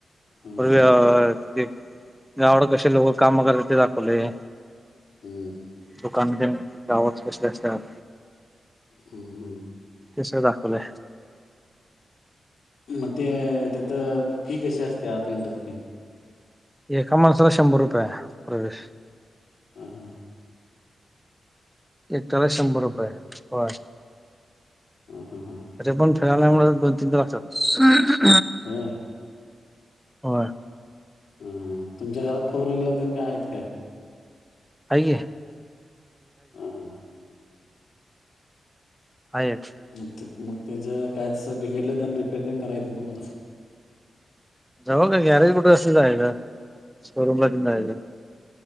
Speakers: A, on the left; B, in the centre.
A: हा
B: पूर्वी अ ते गावाकड कसे लोक काम करतात ते दाखवलय
A: हम्
B: दुकान तेन गावात कसे असतात
A: हम् हम्
B: ते सगळं दाखवलय
A: मग ते तिथ फी कशी असते आता इंटर फी
B: एका माणसला शंभर रुपये आहे प्रवेश
A: ह हां
B: एकट्याला शंभर रुपये बर
A: ह हा हा
B: अरे पण ख दोन तीनटे वातात <unintelligible>
A: होय
B: होय
A: अ तुमच्या घरात फोर व्हीलर तेन काय आहेत काय
B: हाय कि
A: हा हा
B: हायेत
A: मग त्यांच काय तसं बिघडलं तर रिपेरिंग तेन करता येतय तूम्हाला
B: जवळ काय ग्यारेज कुठ असतय जायच शोरूम ला तेन जायाच